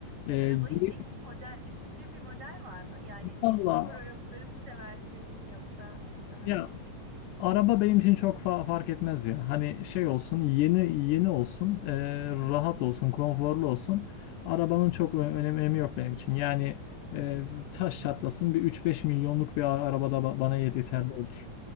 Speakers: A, on the left; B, on the right.
A: E,
B: Arabayı
A: geriye-
B: peki model, düşündüğün bir model var mı? Yani
A: Vallahi
B: spor arabaları mı seversin yoksa daha
A: ya
B: klasik?
A: Araba benim için çok fa- fark etmez ya. Hani şey olsun, yeni yeni olsun, e, rahat olsun, konforlu olsun. Arabanın çok ö- önemi, önemi yok benim için. Yani e, taş çatlasın bir üç beş milyonluk bir ara- arabada ba- bana yet- yeterli olur.